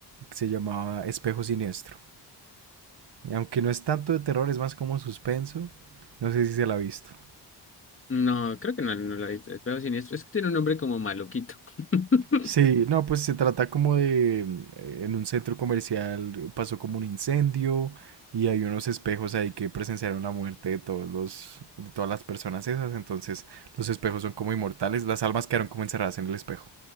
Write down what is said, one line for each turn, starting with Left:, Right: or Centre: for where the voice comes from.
Right: se llamaba Espejo Siniestro. Y aunque no es tanto de terror, es más como suspenso. No sé si se la ha visto.
Left: No, creo que no, no la he visto, es Juego Siniestro, es que tiene un nombre como maluquito. <laughs>
Right: Sí, no, pues se trata como de, mm, eh, en un centro comercial pasó como un incendio y hay unos espejos ahí que presenciaron la muerte de todos los, de todas las personas esas, entonces los espejos son como inmortales, las almas quedaron como encerradas en el espejo.